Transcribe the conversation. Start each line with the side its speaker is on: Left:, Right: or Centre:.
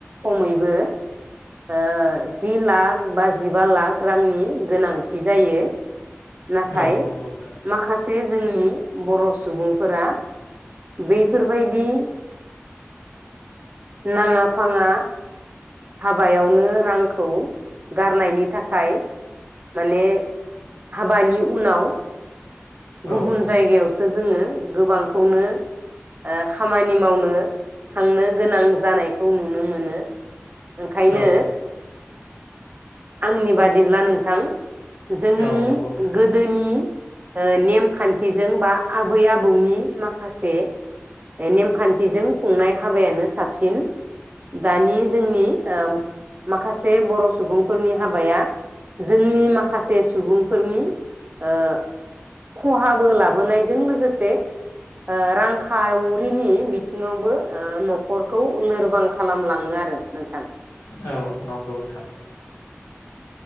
Right: खमैबो ओ जि लाख बा जिबा लाख रांनि गोनांथि जायो। नाथाय
Left: औ नंगौ नोंथां
Right: माखासे जोंनि बर' सुबुंफोरा बेफोरबायदि नाङा फाङा हाबायावनो रांखौ गारनायनि थाखाय माने हाबानि उनाव
Left: औ
Right: गुबुन जायगायावसो जोङो गोबांखौनो ओ खामानि मावनो थांनो गोनां जानायखौ नुनो मोनो ओंखायनो
Left: औ
Right: आंनि बादिब्ला नोंथां जोंनि
Left: औ नंगौ नोंथां
Right: गोदोनि ओ नेमखान्थिजों बा आबै आबौनि माखासे नेमखान्थिजों खुंनाय हाबायानो साबसिन। दानि जोंनि ओ माखासे बर' सुबुंफोरनि हाबाया जोंनि माखासे सुबुंफोरनि ओ खहाबो लाबोनायजों लोगोसे ओ रां खावरिनि बिथिङावबो ओ न'खरखौ लोरबां खालामलाङो आरो नोंथां‌।
Left: नंगौ नोंथां।